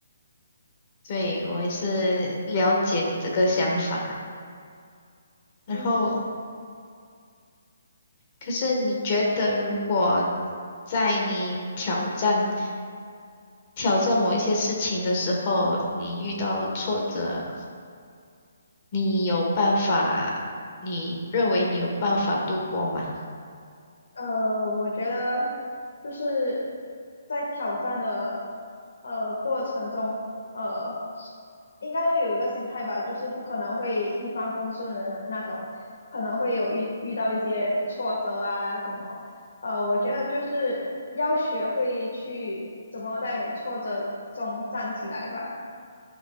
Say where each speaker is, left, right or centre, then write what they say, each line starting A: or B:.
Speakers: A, on the left; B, on the left.
A: 对，我也是了解你这个想法。然后，
B: 嗯，
A: 可是你觉得如果在你挑战？挑战某一些事情的时候，你遇到挫折，你有办法，你认为你有办法度过吗？
B: 呃，我觉得就是在挑战的呃过程中，呃，应该要有一个心态吧，就是不可能会一帆风顺的那种，可能会有遇遇到一些挫折啊什么。呃，我觉得就是要学会去怎么在挫折中站起来吧。